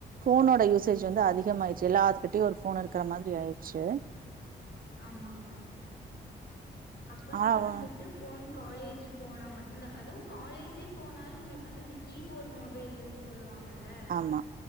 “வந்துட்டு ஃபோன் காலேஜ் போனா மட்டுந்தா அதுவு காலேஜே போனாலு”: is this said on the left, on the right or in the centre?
Left